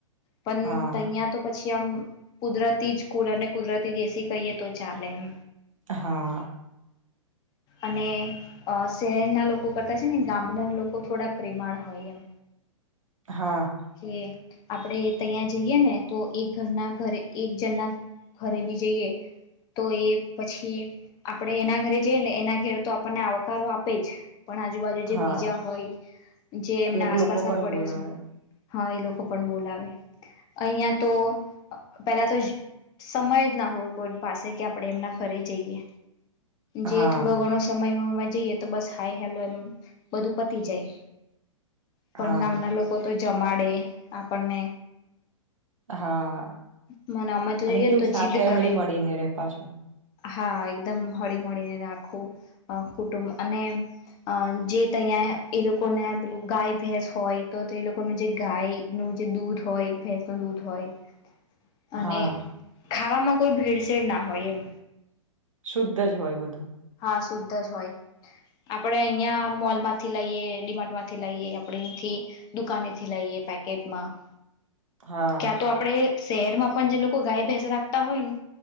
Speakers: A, on the left; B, on the right.
A: પન
B: હા
A: તહીંયા તો પછી કે આમ કુદરતી જ કુલર ને કુદરતી જ એસી કહીએ તો ચાલે એમ.
B: હા
A: અને અ શહે ર ના લોકો કરતા છે, ને ગામડાન લોકો થોડા પ્રેમાળ હોય એમ
B: હા
A: કે આપડે તહીંયા જઈએ ને તો એક ઘરના ઘરે એક જણના ઘરે બી જઈએ તો એ પછી આપડે એના ઘરે જઈને એના ઘેર તો આપણને આવકારો આપે જ પણ આજુબાજુ જે
B: હા
A: બીજા હોય જે એમના
B: એ
A: આસપાસ
B: લોકો
A: ના
B: પણ
A: પડોસ,
B: બોલાવે
A: હા એ લોકો પણ બોલાવે અહીંયા તો પેલા તો સમય જ ના હોય કોઈન પાસે કે આપડે એમના ઘરે જઈએ, જે
B: હા
A: થોડો ઘણો સમય હો જઈએ તો બસ હાય હેલો એમ બધું પતી જાય, પણ
B: હા
A: ગામના લોકો તો જમાડે આપણને
B: હા
A: મને અમે તો
B: અને
A: જઈએ
B: કેવું
A: ને તો
B: સાથે
A: જીદ કરે
B: હળી મળળી રે પાછું,
A: હા એકદમ હળી મળીને રે આખું અ કુટુંબ અને અ જે તહીંયા એ લોકોને પેલું ગાય ભેંસ હોય, તો તે લોકોનું જે ગાય નું જે દૂધ હોય ભેંસ ન દૂધ હોય, અને
B: હા
A: ખાવામાં કોઈ ભેળસેેળ ના હોય એમ.
B: શુદ્ધ જ હોય બધું.
A: હા શુદ્ધ જ હોય. આપણે અહીંયા મોલ માંથી લાઈએ, ડીમાર્ટ માંથી લાઈએ, આપડે અહીંથી દુકાનેથી લઈએ પેકેટમાં
B: હા
A: ક્યાં તો આપડે શહેરમાં પણ જે લોકો ગાય ભેસ રાખતા હોય ને